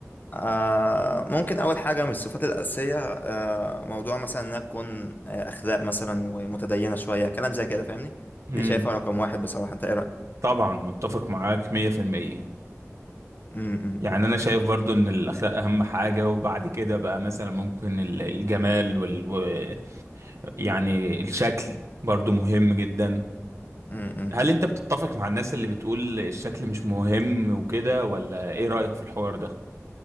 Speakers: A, on the left; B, on the right.
A: آه ممكن أول حاجة من الصفات الأساسية آه موضوع مثلا إنها تكون آه أخلاق مثلا ومتدينة شوية كلام زي كده فاهمني
B: امم
A: دي شايفها رقم واحد بصراحة أنت إيه رأيك؟
B: طبعا متفق معاك 100%
A: أمم،
B: يعني انا شايف برضو ان الاخلاق اهم حاجة وبعد كده بقى مثلا ممكن ال- الجمال وال و- يعني الشكل برضو مهم جدا
A: أمم، أمم.
B: هل انت بتتفق مع الناس اللي بتقول الشكل مش مهم وكده ولا ايه رأيك في الحوار ده؟